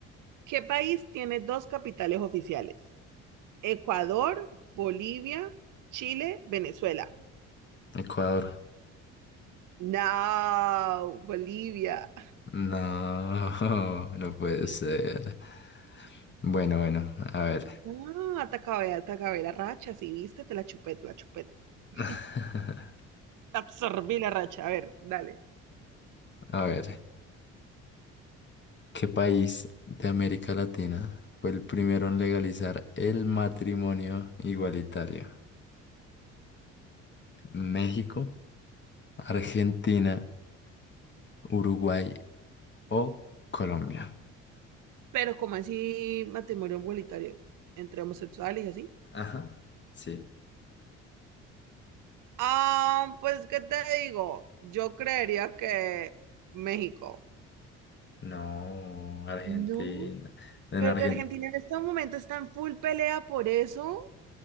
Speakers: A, on the right; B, on the left.
A: ¿Qué país tiene dos capitales oficiales? Ecuador, Bolivia, Chile, Venezuela.
B: Ecuador.
A: No, Bolivia.
B: No, <laughs> no puede
A: <laughs>
B: ser. Bueno, bueno, a ver.
A: Ah, te acabé, te acabé la racha, sí, viste, te la chupé, te la chupé. <laughs>
B: <laughs>
A: Te absorbí la racha, a ver, dale.
B: A ver. ¿Qué país de América Latina fue el primero en legalizar el matrimonio igualitario? ¿México, Argentina, Uruguay o Colombia?
A: Pero como así matrimonio igualitario entre homosexuales y así.
B: Ajá, sí.
A: Ah, pues, ¿qué te digo? Yo creería que México.
B: No, Argentina.
A: No,
B: En
A: pero
B: Argentina.
A: Argentina en este momento está en full pelea por eso.